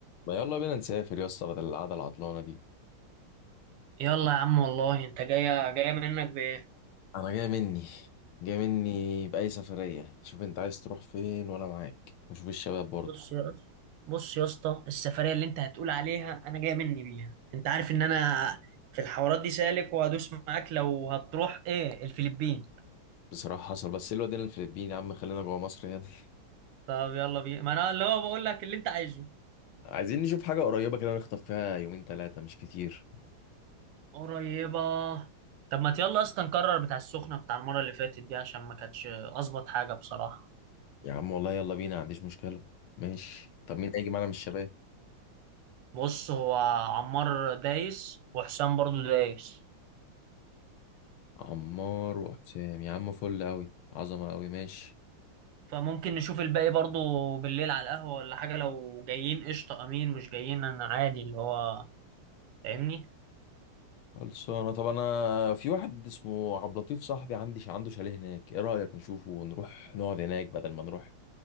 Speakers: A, on the left; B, on the right.
A: ما يلا بينا نسافر يا اسطى بدل القعده العطلانه دي
B: يلا يا عم والله انت جايه جايه منك بايه
A: انا جاي مني جاي مني باي سفريه شوف انت عايز تروح فين وانا معاك وشوف الشباب برضه
B: بص يا بص يا اسطى السفريه اللي انت هتقول عليها انا جايه مني بيها انت عارف ان انا في الحوارات دي سالك وهدوس معاك لو هتروح ايه الفلبين
A: بصراحه حصل بس إيه الواد هنا الفلبين يا عم خلينا جوه مصر هنا <laughs>
B: طب يلا بينا ما انا اللي هو بقول لك اللي انت عايزه
A: عايزين نشوف حاجه قريبه كده نخطف فيها يومين ثلاثه مش كتير
B: قريبه طب ما يلا اصلا نكرر بتاع السخنه بتاع المره اللي فاتت دي عشان ما كانتش اظبط حاجه بصراحه
A: يا عم والله يلا بينا ما عنديش مشكله ماشي طب مين هيجي معانا من الشباب
B: بص هو عمار دايس وحسام برضو دايس
A: عمار وحسام يا عم فل قوي عظمه قوي ماشي
B: فممكن نشوف الباقي برضو بالليل على القهوة ولا حاجة لو جايين قشطة أمين مش جايين أنا عادي اللي هو فاهمني
A: خلصانة طب انا في واحد اسمه عبد اللطيف صاحبي عندي عنده شاليه هناك ايه رأيك نشوفه ونروح نقعد هناك بدل ما نروح